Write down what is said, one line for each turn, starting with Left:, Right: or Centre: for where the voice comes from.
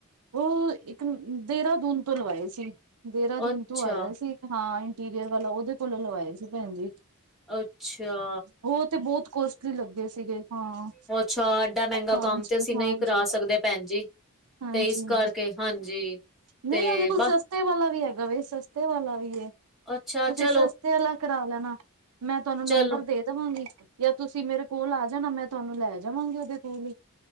Right: ਉਹ ਇੱਕ ਦੇਹਰਾਦੂਨ ਤੋਂ ਲਵਾਏ ਸੀ ਦੇਹਰਾਦੂਨ
Centre: ਅੱਛਾ
Right: ਤੋਂ ਆਇਆ ਸੀ। ਹਾਂ ਇੰਟੀਰੀਅਰ ਵਾਲਾ ਉਹਦੇ ਕੋਲੋਂ ਲਵਾਏ ਸੀ ਭੈਣ ਜੀ।
Centre: ਅੱਛਾ
Right: ਉਹ ਤੇ ਬਹੁਤ ਕੋਸਟਲੀ ਲੱਗੇ ਸੀਗੇ ਹਾਂ।
Centre: ਉਹ ਅੱਛਾ ਐਡਾ ਮਹਿੰਗਾ
Right: ਹਾਂਜੀ
Centre: ਕੰਮ ਤੇ ਅਸੀਂ ਨਹੀਂ
Right: ਹਾਂਜੀ
Centre: ਕਰਾ ਸਕਦੇ ਭੈਣ ਜੀ।
Right: ਹਾਂਜੀ
Centre: ਤੇ ਇਸ
Right: ਹਾਂਜੀ
Centre: ਕਰਕੇ ਹਾਂਜੀ
Right: ਨਹੀਂ
Centre: ਤੇ
Right: ਉਹਦੇ ਕੋਲ
Centre: ਬਸ।
Right: ਸਸਤੇ ਵਾਲਾ ਵੀ ਹੈਗਾ ਵੇ ਸਸਤੇ ਵਾਲਾ ਵੀ ਹੈ। ਤੁਸੀਂ
Centre: ਅੱਛਾ ਚਲੋ
Right: ਸਸਤੇ ਵਾਲਾ ਕਰਾ ਲੈਣਾ ਮੈਂ ਤੁਹਾਨੂੰ
Centre: ਚਲੋ
Right: ਨੰਬਰ ਦੇ। ਦੇਵਾਂਗੀ ਜਾਂ ਤੁਸੀਂ ਮੇਰੇ ਕੋਲ ਆ ਜਾਣਾ ਮੈਂ ਤੁਹਾਨੂੰ ਲੈ ਜਾਵਾਂਗੀ ਉਹਦੇ ਕੋਲ ਹੀ।